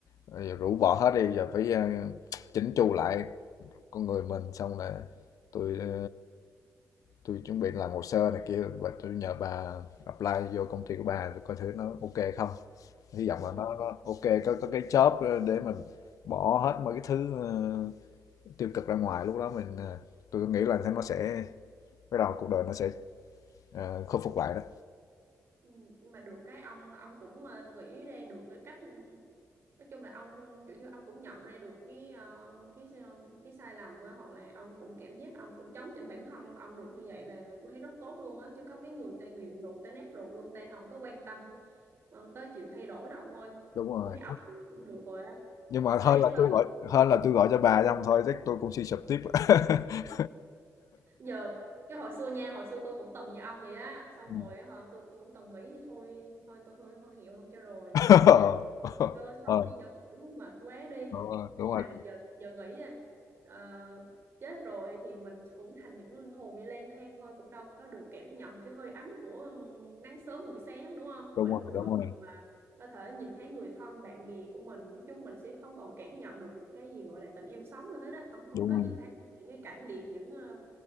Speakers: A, on the left; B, on the right.
A: bây rũ bỏ hết đi, giờ phải, a, chỉnh chu lại con người mình xong là tôi. à, tôi chuẩn bị làm hồ sơ này kia và tôi nhờ bà apply vô công ty của bà để coi thử nó ok không hy vọng
B: Ừ.
A: là nó, nó ok có có cái job để mình bỏ hết mấy cái thứ ờ, tiêu cực ra ngoài lúc đó mình ờ, tôi nghĩ là nó sẽ bắt đầu cuộc đời nó sẽ ờ, khôi phục lại đó
B: Ừ, nhưng mà được cái ông ông cũng ờ, nghĩ ra được cái cách ừ, nói chung là ông kiểu như ông cũng nhận ra được cái ờ, cái ờ, cái sai lầm á, hoặc là ông cũng cảm giác ông cũng chấn chỉnh bản thân ông được như vậy là tôi thấy rất tốt luôn á chứ có mấy người ta nghiện rượu ta nát rượu luôn ta không có quan tâm ờ, tới chuyện thay đổi đâu ông ơi
A: đúng rồi
B: tôi thấy ông cũng được rồi á
A: nhưng mà
B: nó
A: hơn
B: ráng
A: là
B: lên
A: tôi gọi hơn là tôi gọi cho bà xong thôi chắc tôi cũng suy sụp tiếp <laughs>
B: giờ cái hồi xưa nha hồi xưa tôi cũng từng như ông vậy á xong
A: Ừ.
B: rồi á hả, tôi cũng từng nghĩ thì thôi thôi tôi thôi thôi hiểu luôn cho rồi
A: <laughs>
B: Tôi sống
A: ờ
B: chi cho khỏe mệt quá đi
A: ờ, đúng
B: nhưng
A: rồi
B: mà giờ giờ nghĩ à ờ, chết rồi thì mình cũng thành những linh hồn đi lang thang thôi cũng đâu có được cảm nhận cái hơi ấm của ừ, nắng sớm buổi sáng đúng không
A: đúng
B: mình
A: rồi
B: cũng
A: đúng
B: không
A: rồi
B: còn là có thể nhìn thấy người thân bạn bè của mình nói chung mình sẽ không còn cảm nhận được một cái gì gọi là tình yêu sống nữa hết á không không
A: đúng
B: có
A: rồi
B: nhìn thấy được những cái cảnh đẹp những ờ,